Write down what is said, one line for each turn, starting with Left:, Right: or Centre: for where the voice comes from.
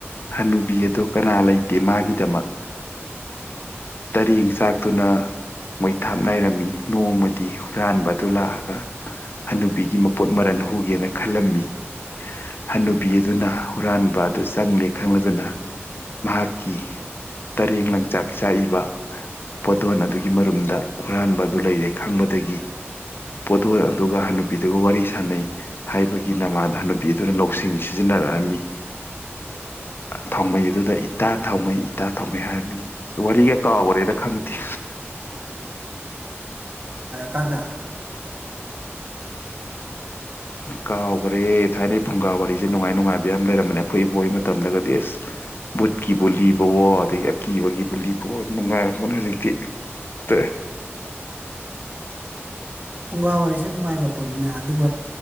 Left: ꯍꯅꯨꯕꯤ ꯑꯗꯣ ꯀꯅꯥ ꯂꯩꯇꯦ ꯃꯥꯒꯤꯗꯃꯛ
Right: <unintelligible>
Left: ꯇꯔꯦꯡꯆꯥꯛ ꯇꯨꯅ ꯃꯩꯊꯥꯞꯅꯏꯔꯝꯃꯤ ꯅꯣꯡꯃꯗꯤ ꯍꯨꯔꯥꯟꯕ ꯑꯗꯨ ꯂꯥꯛꯑꯒ ꯍꯟꯅꯨꯕꯤꯒꯤ ꯃꯄꯣꯠ ꯃꯔꯟ ꯍꯨꯒꯦꯅ ꯈꯜꯂꯝꯃꯤ ꯍꯟꯅꯨꯕꯤ ꯑꯗꯨꯅ ꯍꯨꯔꯥꯟꯕ ꯑꯗꯨ ꯆꯪꯂꯦ ꯈꯪꯂꯗꯨꯅ ꯃꯍꯥꯛꯀꯤ ꯇꯔꯦꯡ ꯂ ꯆꯥꯛꯏꯕ ꯄꯣꯠꯊꯣꯟ ꯑꯗꯨꯒꯤ ꯒꯤ ꯃꯔꯨꯝꯗ ꯍꯨꯔꯥꯟꯕ ꯑꯗꯨ ꯂꯩꯔꯦ ꯈꯪꯕꯗꯒꯤ ꯄꯣꯊꯣꯟ ꯑꯗꯨꯒ ꯍꯟꯅꯨꯄꯤꯗꯨꯒ ꯋꯥꯔꯤ ꯁꯥꯟꯅꯩ ꯍꯥꯏꯕꯒꯤ ꯅꯃꯥꯗ ꯍꯟꯅ ꯅꯨꯄꯤ ꯑꯗꯨꯅ ꯂꯧꯁꯤꯡ ꯁꯤꯖꯤꯟꯅꯔꯛꯑꯝꯃꯤ ꯊꯣꯡꯕ ꯑꯗꯨꯗ ꯏꯇꯥ ꯊꯥꯎꯃꯩ ꯏꯇꯥ ꯊꯥꯎꯃꯩ ꯍꯥꯏꯔꯝꯃꯤ ꯋꯥꯔꯤꯒ ꯀꯥ ꯑꯣꯏꯔꯦꯗ ꯈꯪꯊ
Right: ꯀꯥꯟꯗ
Left: ꯀꯥꯎ ꯍꯣꯔꯦ ꯊꯥꯏꯅꯩ ꯐꯨꯡꯒꯥ ꯋꯥꯔꯤꯁꯦ ꯅꯨꯡꯉꯥꯏ ꯅꯨꯡꯉꯥꯏꯕ ꯌꯥꯝ ꯂꯩꯔꯝꯕꯅꯦ ꯑꯩꯈꯣꯏ ꯏꯕꯣꯏꯒꯤ ꯃꯇꯝꯗꯒꯗꯤ ꯑꯁ ꯕꯨꯠꯀꯤꯕꯨ ꯂꯤꯕꯋꯣ ꯑꯗꯒꯤ ꯑꯀꯤꯕꯒꯤꯕꯨ ꯂꯤꯕꯋꯣ ꯌꯥꯝ ꯅꯨꯡꯉꯥꯏꯔꯝꯕꯅ ꯍꯧꯖꯤꯛꯇꯤ ꯇ
Right: ꯐꯨꯡꯒꯥ ꯋꯥꯔꯤꯁꯦ ꯅꯨꯡꯉꯥꯏꯈ꯭ꯔ ꯄꯣꯠꯅꯤꯅꯦ ꯑꯗꯨꯒ